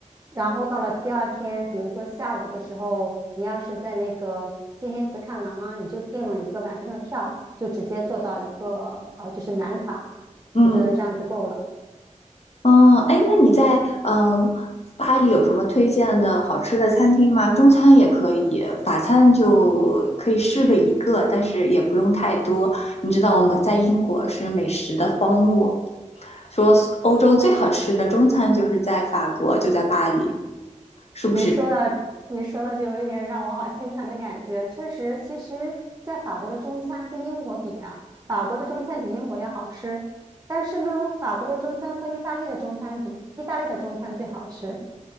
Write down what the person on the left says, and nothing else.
嗯，
嗯，哎，那你在嗯巴黎有什么推荐的好吃的餐厅吗？中餐也可以，法餐就可以试个一个，但是也不用太多。你知道我们在英国是美食的荒漠，说欧洲最好吃的中餐就是在法国，就在巴黎，是不是？